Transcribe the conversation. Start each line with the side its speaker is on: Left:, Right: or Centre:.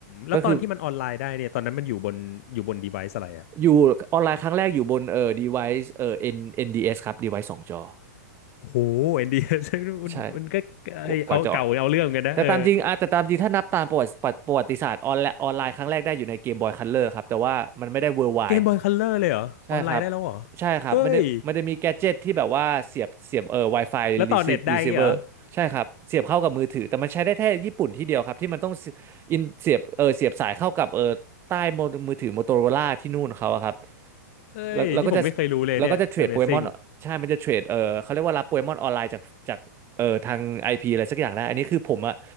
Left: แล้วตอนที่มันออนไลน์ได้เนี่ยตอนนั้นมันอยู่บนอยู่บน
Right: ก็คือ
Left: device อะไรครับ
Right: อยู่ออนไลน์ครั้งแรกอยู่บนเอ่อ device เอ่อ N เ d s ครับ device สองจอ
Left: โอ้โหเอ็นดี <laughs> มันมันก็ไอเอาเก่าเอาเรื่องกันนะเออ
Right: ใช่กว่ากว่าจะออกแต่ตามจริงอ่ะแต่ตามจริงถ้านับตามประวัติประวัติศาสตร์ออนไลน์ออนไลน์ครั้งแรกได้อยู่ในเกมบอยคัลเลอร์ครับแต่ว่ามันไม่ได้ worldwide
Left: เกมบอยคัลเลอร์เลยเหรอออนไลน์ได้แล้วเหรอ
Right: ใช่ครับใช่ครับมันได้มันจะมีแกดเจ็ตที่แบบว่าเสียบเสียบเอ่อ
Left: เฮ้ย
Right: Wi-Fi
Left: แล้วต่อเน็ตได้ยงี้เหรอ
Right: receive receiver ใช่ครับเสียบเข้ากับมือถือแต่มันใช้ได้แค่ญี่ปุ่นที่เดียวครับที่มันต้องเสียอินเสียบเออเสียบสายเข้ากับเออใต้โมมือถือ Motorola ที่นู่นเขาอะครับ
Left: เฮ้ยนี่ผมไม่เคยรู้เลยเนี่ย
Right: แล้วแล้วก็จะแล้วก็จะเทรดโปเกมอนใช่มันจะเทรดเออเขาเรียกว่ารับโปเกมอนออนไลน์จากจากเออทาง
Left: Amazing
Right: IP อพีอะไรสักอย่างได้อันนี้คือผมอะ